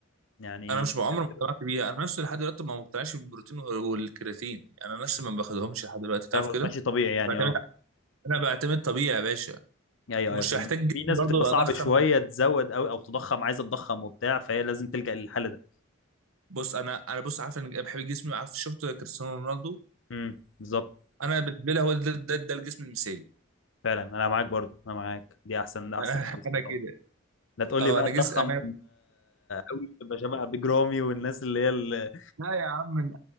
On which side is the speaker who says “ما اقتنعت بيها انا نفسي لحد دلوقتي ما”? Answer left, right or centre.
Right